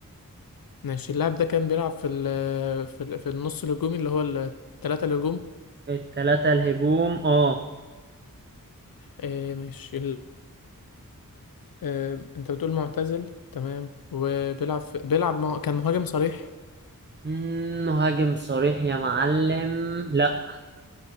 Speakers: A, on the left; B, on the right.
A: ماشي اللاعب ده كان بيلعب في ال في, ال في النص الهجومي اللي هو الثلاثة الهجوم
B: التلاتة الهجوم اه
A: آه، ماشي ال- آه، انت بتقول معتزل تمام وبيلعب في... بيلعب م... كان مهاجم صريح
B: مم، مهاجم صريح يا معلم لا